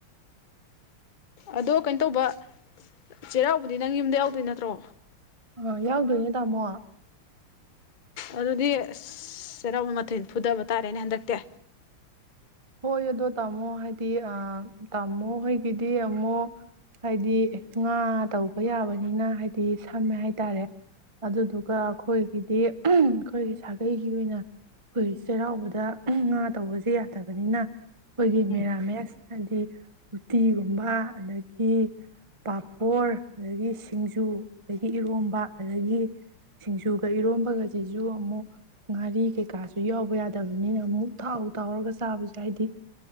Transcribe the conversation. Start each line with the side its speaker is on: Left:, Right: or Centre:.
Left: ꯑꯗꯣ ꯀꯩꯅ ꯇꯧꯕ ꯆꯩꯔꯥꯎꯕꯗꯤ ꯅꯪ ꯌꯨꯝꯗ ꯌꯥꯎꯗꯣꯏ ꯅꯠꯇ꯭ꯔꯣ
Right: ꯑ ꯌꯥꯎꯗꯣꯏ ꯅꯠ ꯇꯃꯣ
Left: ꯑꯗꯨꯗꯤ ꯆꯩꯔꯥꯎꯕ ꯃꯊꯦꯟ ꯐꯨꯗꯕ ꯇꯥꯔꯦꯅꯦ ꯍꯟꯗꯛꯇꯤ
Right: ꯍꯣꯏ ꯑꯗꯣ ꯇꯃꯣ ꯍꯥꯏ ꯑ ꯇꯥꯃꯣ ꯍꯣꯏꯒꯤꯗꯤ ꯃꯣ ꯍꯥꯏꯗꯤ ꯉꯥ ꯇꯧꯕ ꯌꯥꯕꯅꯤꯅ ꯍꯥꯏ ꯗꯤ ꯁꯝꯃꯦ ꯍꯥꯏꯇꯥꯔꯦ ꯑꯗꯨꯗꯨꯒ ꯑꯈꯣꯏꯒꯤꯗꯤ ꯑꯈꯣꯏꯒꯤ ꯁꯥ ꯑꯩꯩꯒꯤ ꯑꯣꯏꯅ ꯑꯩꯈꯣꯏ ꯆꯩꯔꯥꯎꯕꯗ ꯉꯥ ꯇꯧꯕꯁꯦ ꯅꯤꯅ ꯑꯩꯈꯣꯏꯒꯤ
Left: ꯎꯝ
Right: ꯃꯦꯔꯥꯃꯦꯁ ꯍꯥꯏꯗꯤ ꯎꯇꯤꯒꯨꯝꯕ ꯑꯗꯒꯤ ꯄꯥꯐꯣꯔ ꯑꯗꯒꯤ ꯁꯤꯡꯖꯨ ꯑꯗꯒꯤ ꯏꯔꯣꯝꯕ ꯑꯗꯒꯤ ꯁꯤꯡꯖꯨꯒ ꯏꯔꯣꯝꯕꯒꯁꯦ ꯨ ꯌꯨ ꯑꯃꯨꯛ ꯉꯥꯔꯤ ꯀꯩꯀꯥꯁꯨ ꯌꯥꯎꯕ ꯌꯥꯗꯕꯅꯤꯅ ꯑꯃꯨꯛ ꯊꯥꯎ ꯇꯥꯎꯔꯒ ꯇꯥꯕꯁꯨ ꯍꯥꯏꯗꯤ